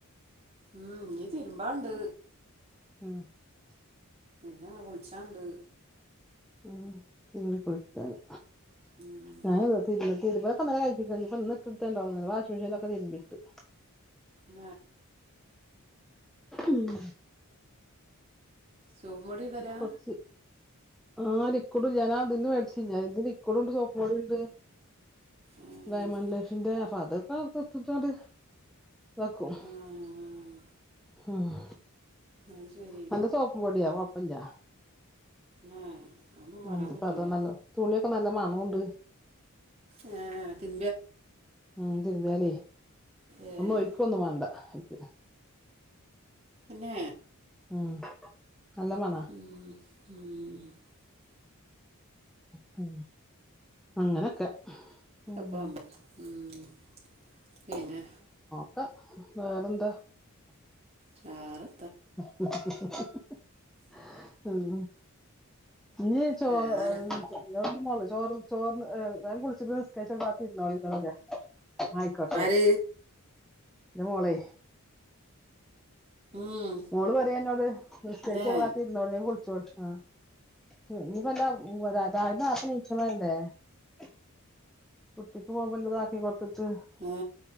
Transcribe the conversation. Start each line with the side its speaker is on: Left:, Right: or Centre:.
Right: ആ ഞ് തിർമ്പാണ്ട്
Centre: ആ ഹ്
Right: <unintelligible> വുള്ചാണ്ട്
Centre: ആ തിരിമ്പികുളിക്കാന്
Right: ഉം
Centre: ഞാനതാ തിരി മ്പ് തീരുമ്പോലൊക്കെ ഇന്നലൊക്കെ കഴിച്ചികണ് ഇന്ന് ഇട്ടുട്ട്ടത് ഉണ്ടാവൊള്ളൂ വാശിമെഷീന്റോതെക്കെ തിരിമ്പിട്ടു
Right: ഉ
Centre: ഉം
Right: സോപ്പുംപൊടി ഇടലാ
Centre: കൊറച്ച് ആഹ് ലീക്ക്ട് ഞാനാദീന് മേടിചീലെ എയ്ന്റെ ലിക്ക്ഡ്ണ്ട് സോപ്പുംപൊടിണ്ട്
Right: ഏഹ്
Centre: ഡയമന് ലൈഫിന്റെ അതിപ്പോ <unintelligible> വാക്കും
Right: ആഹ്
Centre: ആഹ്
Right: അത് ശരി
Centre: നല്ല സോപ്പുപ്പൊട്യ കൊഴപ്പല്യാ
Right: ന്നെ അതൊന്നും
Centre: ഉ
Right: പറയാൻ പറ്റൂല
Centre: പതാണല്ലോ തുണിയൊക്കെ നല്ല മനോണ്ട്
Right: ഹേം
Centre: ഉ തിരുമ്മിയാലേ
Right: ഏഹ്
Centre: ഒന്നും ഒയ്ക്ക ഒന്നും വേണ്ട എനിക്ക്
Right: പിന്നെ
Centre: ഉം നല്ല
Right: <inaudible>
Centre: മണാ ഹ് അങ്ങനൊക്കെ ഉം
Right: അപ്പം ഉ മ് പിന്നെ
Centre: <unintelligible> വേറെന്താ?
Right: ചാറ്
Centre: <unintelligible> ഉ നച്ചോ
Right: വേറെ
Centre: <unintelligible> ള ചോർ ചോർ ഏ വേകുളിച്ചിട്നിസ്കാരിച് <unintelligible> ഇങ്ങളെന്നേ. ആയിക്കോട്ടെ
Right: ആര്
Centre: എൻ്റെ മോളെ
Right: ഉം
Centre: മോള് പറയാ എന്നോട് നിസ്കേചൊരുബാത്ര്നോളി
Right: ഏ
Centre: <unintelligible> ഇനിപ്പ എന്താ <unintelligible> കുട്ടിക്ക് മൊബൈല്ത്ക്കി കൊ ത്ത
Right: ഏ